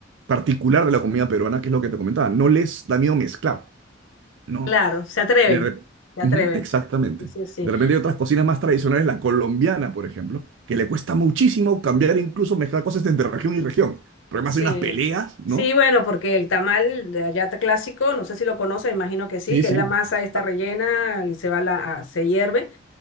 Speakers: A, on the right (about 75°); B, on the left (about 85°).
A: particular de la comida peruana, que es lo que te comentaba, no les da miedo mezclar, ¿no?
B: Claro, se atreven,
A: De re-
B: se atreven.
A: Ujú, exactamente.
B: Sí, sí, sí.
A: De repente hay otras cocinas más tradicionales, la colombiana, por ejemplo, que le cuesta muchísimo cambiar, incluso mezclar cosas entre región y región. Pero además
B: Sí,
A: hay unas peleas, ¿no?
B: sí, bueno, porque el tamal de allá clásico, no sé si lo conoces, imagino que sí,
A: Sí,
B: que
A: sí.
B: es la masa esta
A: Ah,
B: rellena y se va la, a- se hierve.